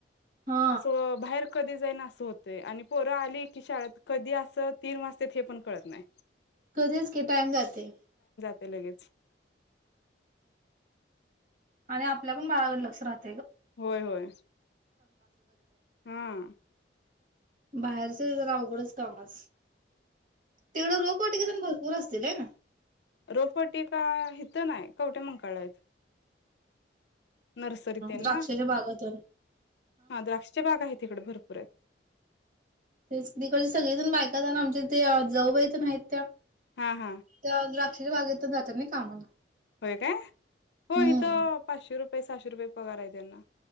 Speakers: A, on the right (about 45°); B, on the left (about 70°).
A: हा
B: असं अ बाहेर कधी जाईन आसं होतंय आणि पोरं आली की शाळेत कधी आसं तीन वाजतेत हे पण कळतं नाय.
A: कधीच की टाईम जाते.
B: ते लगेच.
A: आणि आपल्या पण बाळा वर लक्ष राहत.
B: होय होय हां.
A: बाहेरचं जय अवघडच कामच तेवढं रोप वाटीकेतून बोल पोर असतील ए ना
B: रोपटी का हिथं नाय कवठयामंक कळ यत. नर्सरीतेन
A: द्राक्षाच्या
B: ना.
A: बागातून
B: हा द्राक्षचे बाग आहेत तिकडे भरपूर आहेत.
A: तेच. तिकडची सगळीजण बायकातण आमच्या त्या जाऊबाई तेन हायत त्या.
B: हा हा
A: त्या द्राक्षेच्या बागेतच जात्यात नई. कामाला.
B: होय काय? हो
A: हम्म
B: इथ पाचशे रुपये प सहाशे रुपय पार आहे त्यांना.